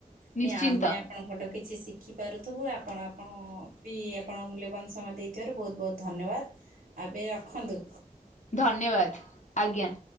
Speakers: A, on the right (about 75°); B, on the left (about 55°).
A: ବି
B: ନିଶ୍ଚିନ୍ତ
A: ଆମେ ଆପଣଙ୍କଠୁ କିଛି ଶିଖ୍ ଶିଖିପାରୁଥିବୁ, ଆପଣ ଆପଣ ବି ଆପଣ ମୂଲ୍ୟବାନ୍ ସମୟ ଦେଇଥିବାରୁ ବହୁତ ବହୁତ ଧନ୍ୟବାଦ୍। ଆବେ ରଖନ୍ତୁ।
B: ଧନ୍ୟବାଦ, ଆଜ୍ଞା।